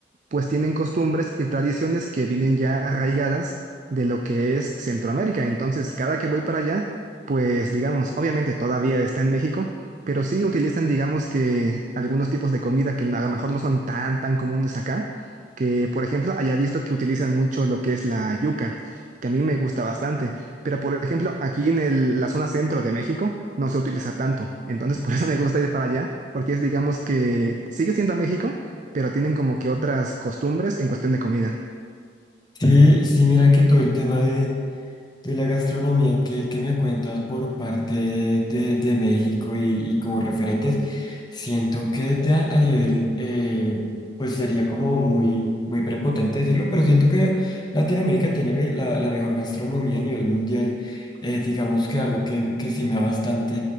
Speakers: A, on the right; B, on the left.
A: pues tienen costumbres y tradiciones que vienen ya arraigadas de lo que es Centroamérica. Entonces, cada que voy para allá, pues digamos, obviamente todavía está en México, pero sí utilizan, digamos que algunos tipos de comida que a lo mejor no son tan, tan comunes acá, que por ejemplo, haya visto que utilizan mucho lo que es la yuca, que a mí me gusta bastante, pero por ejemplo, aquí en el- la zona centro de México no se utiliza tanto, entonces <laughs> por eso me gusta ir para allá porque es, digamos que sigue siendo México, pero tienen como que otras costumbres en cuestión de comida.
B: Sí, sí, mira que todo el tema de De la gastronomía que, que me cuentas por parte de, de México y, y como referentes, siento que te a, a nivel, eh, pues sería como muy, muy prepotente decirlo, pero siento que Latinoamérica tiene me- la, la mejor gastronomía a nivel mundial. Eh, digamos que algo que, que sí me da bastante